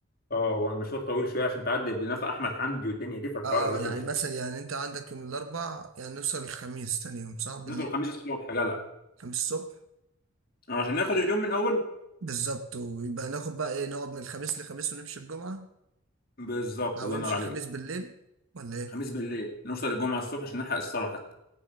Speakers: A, on the left; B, on the right.
A: اه هو المشوار طويل شويه عشان تعدي بنفق احمد حمدي والدنيا دي فالحوار
B: اه
A: رخم
B: آه، يعني
A: شويه
B: مثلا يعني أنت عندك يوم الأربع يعني نوصل الخميس تاني يوم صح بالليل
A: نوصل الخميس الصبح يا جدع
B: خميس الصبح
A: آه، عشان ناخد اليوم من اوله
B: بالظبط ويبقى ناخد بقى إيه نقعد من الخميس لخميس ونمشي الجمعة
A: بالظبط
B: أو
A: الله
B: نمشي
A: ينور عليك
B: الخميس بالليل ولا إيه؟
A: خميس بالليل نوصل الجمعه الصبح عشان نلحق الصلاه حتى